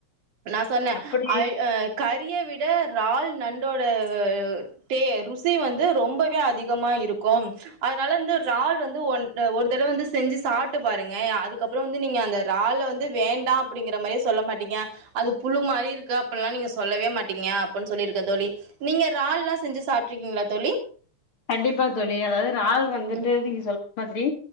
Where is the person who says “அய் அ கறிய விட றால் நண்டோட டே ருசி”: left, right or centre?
Right